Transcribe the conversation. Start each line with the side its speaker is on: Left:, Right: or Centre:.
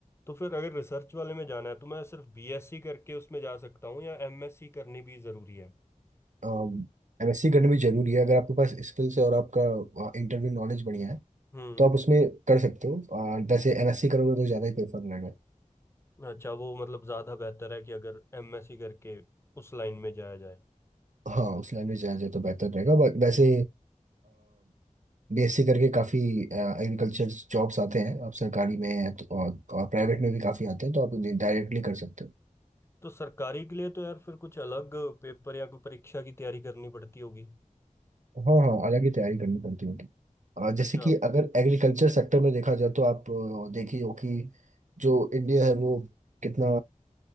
Left: तो फिर अगर रिसर्च वाले में जाना है तो मैं सिर्फ बीएससी करके उसमें जा सकता हूँ या एमएससी करनी भी ज़रूरी है
Right: हो एमएससी करना भी जरूरी है अगर आपके पास स्किल्स है और आपका इंटरव्यू नॉलेज बढ़िया है
Left: हम्म
Right: तो आप उसमें कर सकते हो आ, वैसे एमएससी करोगे तो ज़्यादा ही प्रेफर रहेगा
Left: अच्छा वो मतलब ज़्यादा बेहतर है कि अगर एमएससी करके उस लाइन में जाया जाए
Right: हाँ उस लाइन में जाए तो बेहतर रहेगा बट वैसे बीएससी करके काफ़ी एग्रीकल्चर जॉब्स आते हैं आप सरकारी में हैं तो, और, और प्राइवेट में भी काफ़ी आते हैं तो आप डायरेक्टली कर सकते हो
Left: तो सरकारी के लिए तो यार फिर कुछ अलग पेपर या कोई परीक्षा की तैयारी करनी पड़ती होगी
Right: हाँ हाँ अलग ही तैयारी करनी पड़ती होगी आ, जैसे
Left: अच्छा
Right: कि अगर एग्रीकल्चर सेक्टर में देखा जाए तो आप आ, देखिए हो कि जो इंडिया है वो कितना